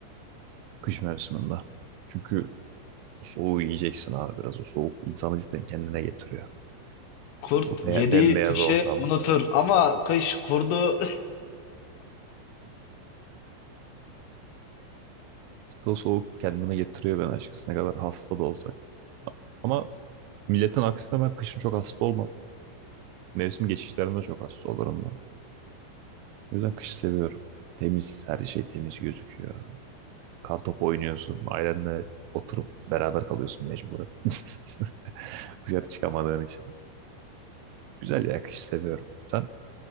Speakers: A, on the right; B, on the left.
A: Kış mevsiminde. Çünkü o soğuğu yiyeceksin abi biraz. O soğuk insanı cidden kendine getiriyor.
B: Kurt
A: O
B: yediği
A: be bembeyaz
B: kışı
A: ortam.
B: unutur
A: <laughs>
B: ama kış kurdu
A: İşte o soğuk kendime getiriyor ben açıkçası ne kadar hasta da olsak. Ama milletin aksine ben kışın çok hasta olmam. Mevsim geçişlerinde çok hasta olurum ben. O yüzden kışı seviyorum. Temiz, her şey temiz gözüküyor. Kartopu oynuyorsun, ailenle oturup beraber kalıyorsun mecburen. <laughs> Dışarı çıkamadığın için. Güzel ya, kışı seviyorum. Sen